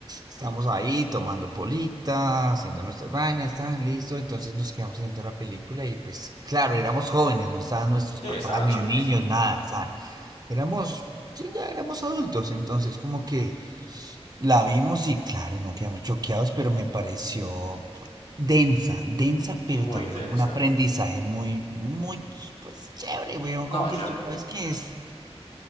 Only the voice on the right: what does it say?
Estábamos ahí tomando polita, haciendo nuestras vainas, estaban listos. Entonces nos quedamos viendo la película y pues claro, éramos jóvenes, no estaban nuestros
papás
ni
niños, nada, estaban- Éramos, sí, ya éramos adultos. Entonces como que la vimos y claro, no quedamos choqueados, pero me pareció densa, densa, pero
también
un aprendizaje muy, muy, pues chévere, weón,
como que
tú sabes que es,